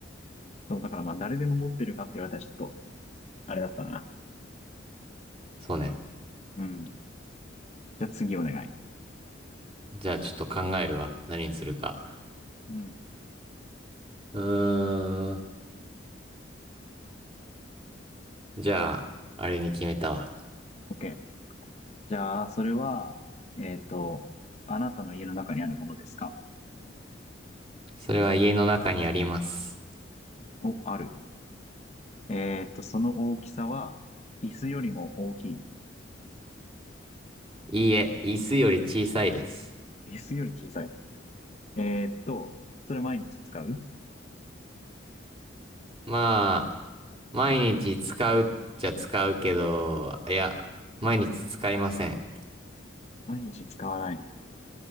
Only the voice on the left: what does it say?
そう、だからまあ、誰でも持ってるかって言われたらちょっと、あれだったな。
うん。じゃあ次お願い。
うん。
OK。じゃあ、それは、えっと、あなたの家の中にあるものですか
お、ある。えっと、その大きさは、椅子よりも大きい。
椅子より小さい。えっと、それ毎日使う
毎日使わない。